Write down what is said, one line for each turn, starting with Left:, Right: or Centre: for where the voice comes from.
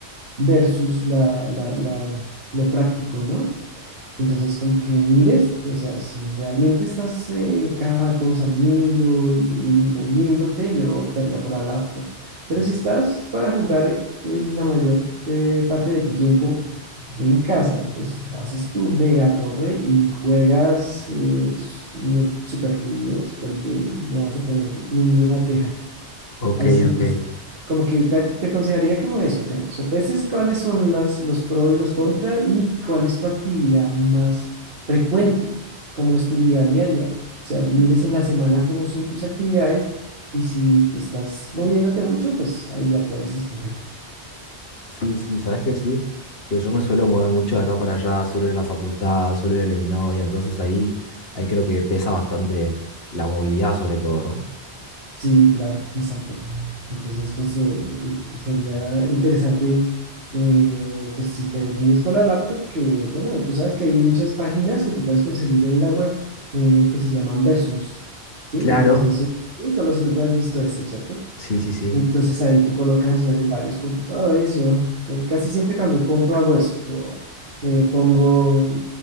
Right: versus la, la- la- lo práctico, ¿no? Entonces, como que mires, o sea, si realmente estás eh, cada rato saliendo y, y moviéndote, yo optaría por la laptop. Pero
Left: Ujú.
Right: si estás para jugar en la mayor eh, parte de tu tiempo en casa, pues haces tu mega torre y juegas eh, s- me- súper fluido, súper bien, no vas a tener ninguna queja.
Left: Ok,
Right: Ahí sí,
Left: ok.
Right: es como que te, te aconsejaría como eso, que sopeses cuáles son las, los pros y los contras y cuál es tu actividad más frecuente, cómo es tu vida diaria. O sea, mires en la semana cómo son tus actividades y si te estás moviéndote mucho, pues ahí ya puedes escoger.
Left: Sí, sí, sabes que sí, que yo me suelo mover mucho de acá para allá, suelo ir a la facultad, suelo ir a la de mi novia, entonces ahí, ahí creo que pesa bastante la movilidad sobre todo, ¿no?
Right: Sí, claro, exacto. Entonces, pues eh, eh, sería interesante, eh, pues si te defines por la laptop, que bueno, tú sabes que hay muchas páginas que tú puedes conseguir en la web eh, que se llaman Versus, ¿sí?
Left: Claro,
Right: Eso, y tú los has visto eso, ¿cierto?
Left: sí, sí, sí.
Right: Entonces ahí tú colocas eh, varios computadores. Yo ca- casi siempre cuando compro hago eso. Yo eh, pongo